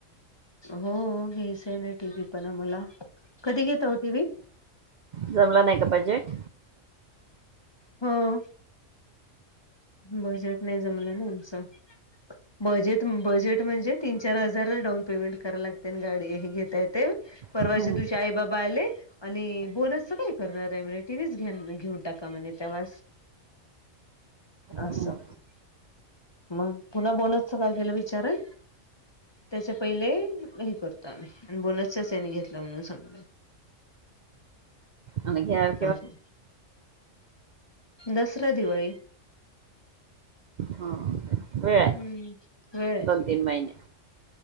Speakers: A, on the left; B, on the right.
A: हो घ्यायचा हाय ना टीव्ही पण आम्हाला, कधी घेता ओ टीव्ही.
B: जमलं नाही का बजेट
A: हो. बजेट नाय जमलं ना आमचं. बजेट बजेट म्हणजे, तीन चार हजार डाऊन. पेमेंट करा लागते गाडी हे घेता येते, परवाच्या
B: हम्म
A: दिवशी आई बाबा आले. आणि बोनसच काय करणार आहे म्हणे, टीव्हीच घ घेऊन टाका म्हणे तवाच. आसं
B: हम्म
A: आपलं. मग पुन्हा बोनस काय केलं विचारलं. त्यांच्या पहिले हे करतो आम्ही, आणि बोनसच्याच याने घेतल म्हणून सांगणार.
B: आगं ह्यांत.
A: पाहिजे दसरा दिवाळी.
B: हो वेळाय,
A: हम्म वेळ आहे
B: दोन-तीन महिने.